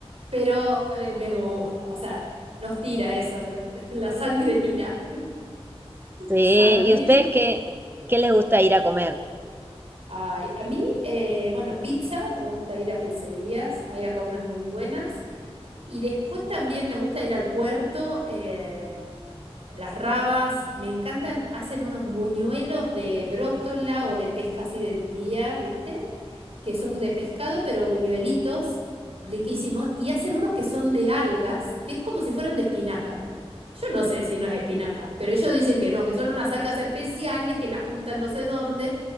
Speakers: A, on the right; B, on the right.
A: Pero eh, me gusta, o sea, nos tira eso, ¿no? <laughs> La sangre tira.
B: Sí,
A: Salamín.
B: ¿y ustedes qué, qué les gusta ir a comer?
A: Ay, a mí, eh, bueno, pizza, me gusta ir a pizzerías, hay acá unas muy buenas. Y después también me gusta ir al puerto, eh, las rabas, me encantan, hacen unos buñuelos de brótola o de pesca así del día, ¿viste? que son de pescado, pero buñuelitos, riquísimos, y hacen unos que son de algas, que es como si fueran de espinaca. Yo no sé si no es espinaca, pero ellos dicen que no, que son unas algas especiales que las juntan no sé dónde